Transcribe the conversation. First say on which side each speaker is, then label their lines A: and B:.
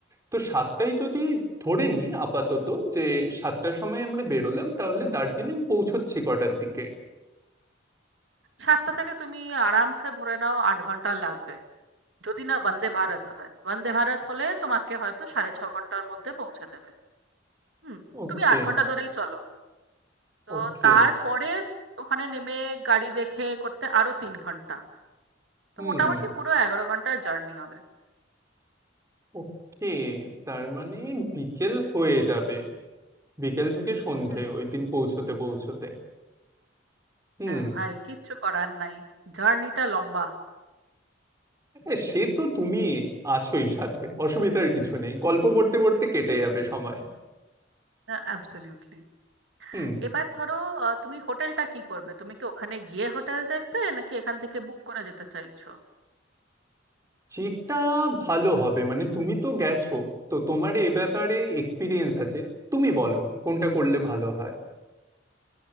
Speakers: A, on the right; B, on the right.
A: তো সাতটায় যদি ধরে নিই আপাতত যে সাতটার সময় আমরা বেরোলাম তাহলে দার্জিলিং পৌঁছচ্ছি কটার দিকে
B: সাতটা থেকে তুমি আরামসে ধরে নাও আট ঘন্টা লাগবে যদি না বন্দে ভারত হয় বন্দে ভারত হলে তোমাকে হয়তো সাড়ে ছ ঘন্টার মধ্যে পৌঁছে দেবে হুম
A: ওকে
B: তুমি আট ঘন্টা ধরেই চলো তো
A: ওকে
B: তারপরে ওখানে নেমে গাড়ি দেখে করতে আরো তিন ঘন্টা তো
A: হুম
B: মোটামুটি পুরো এগারো ঘন্টার জার্নি হবে
A: ওকে তার মানে বিকেল হয়ে যাবে বিকেল থেকে সন্ধে
B: হুম
A: ওই দিন পৌঁছতে পৌঁছতে হুম
B: হ্যাঁ ভাই কিচ্ছু করার নাই জার্নিটা লম্বা
A: এ, সে তো তুমি আছোই সাথে অসুবিধার কিছু নেই গল্প করতে করতে কেটে যাবে সময়
B: অ্যাবসলিউটলি
A: হুম
B: এবার ধরো আহ, তুমি হোটেলটা কি করবে তুমি কি ওখানে গিয়ে হোটেল দেখবে নাকি এখান থেকে বুক করে যেতে চাইছো
A: যেটা ভালো হবে মানে তুমি তো গেছো তো তোমার এ ব্যাপারে এক্সপিরিয়েন্স আছে তুমি বলো কোনটা করলে ভালো হয়